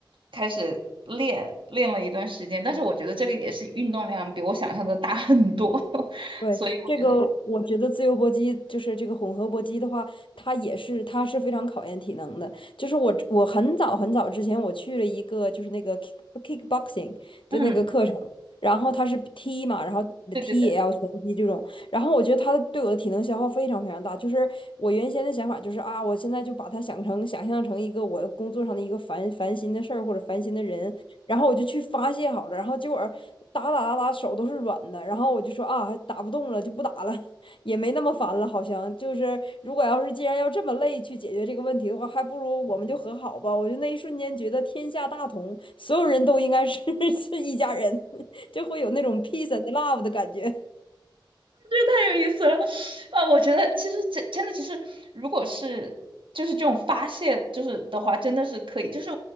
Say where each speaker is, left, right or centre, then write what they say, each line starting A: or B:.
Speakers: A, on the right; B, on the left.
A: 开始练练了一段时间，但是我觉得这个也是运动量比我想象的大很多，<laughs>
B: 对，
A: 所以我觉得，
B: 这个我觉得自由搏击就是这个混合搏击的话，它也是它是非常考验体能的。就是我我很早很早之前我去了一个就是那个 kick kickboxing
A: 嗯，
B: 就那个课程，然后它是踢嘛，然后踢也要拳击这种，
A: 对对对。
B: 然后我觉得它对我的体能消耗非常非常大。就是我原先的想法就是啊，我现在就把它想成想象成一个我工作上的一个烦烦心的事儿或者烦心的人，然后我就去发泄好了，然后结果打打打打手都是软的，然后我就说啊，打不动了就不打了，<laughs> 也没那么烦了，好像就是如果要是既然要这么累去解决这个问题的话，还不如我们就和好吧。我就那一瞬间觉得天下大同，所有人都应该是 <laughs> 是一家人，<laughs> 就会有那种 peace and love 的感觉。
A: 太有意思了。啊，我觉得其实真真的，其实如果是就是这种发泄，就是的话，真的是可以。就是